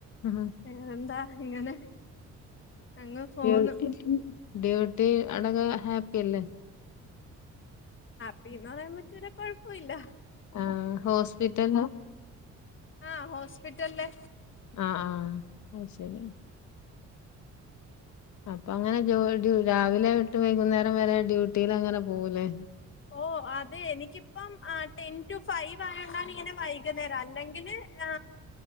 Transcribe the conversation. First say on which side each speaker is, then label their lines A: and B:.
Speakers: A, on the left; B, on the left.
A: ആ
B: വേറെന്താ ഇങ്ങനെ അങ്ങ് പോന്നു
A: കേ <inaudible> ഡ്യൂട്ടി അവടൊക്കെ ഹാപ്പി അല്ലേ
B: പ്പിന്ന് പറയാൻ പറ്റൂല്ല കൊഴപ്പൊല്ല
A: ആ ഹോസ്പിറ്റൽ
B: ആ ഹോസ്പിറ്റലില്
A: ആ ആ അയ്ശെരി അപ്പൊ അങ്ങനെ ജോ ഡ്യൂ രാവിലെ തൊട്ട് വൈകുന്നേരം വരെ ഡ്യൂട്ടിൽ അങ്ങനെ പോകൂലേ
B: ഓ അതെ എനിക്കിപ്പം ആ ടെൻ ടു ഫൈവ് ആയതോണ്ടാണ് ഇങ്ങനെ വൈകുന്നേരം അല്ലെങ്കിൽ ആ